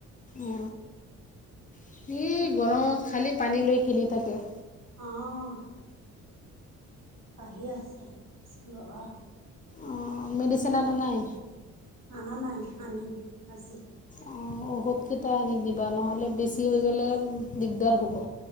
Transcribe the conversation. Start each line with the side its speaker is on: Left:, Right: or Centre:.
Left: অ হে গৰমত খালি পানী লৈ খেলি থাকে।
Right: অহ কাহি আছে লৰা।
Left: অঁ মেডিচিন আনা নাই।
Right: অনা নাই আনিম আজি
Left: অ ঔষধ কেইটা আনি দিবা নহ'লে বেছি হৈ গ'লে দিগদাৰ হ'ব।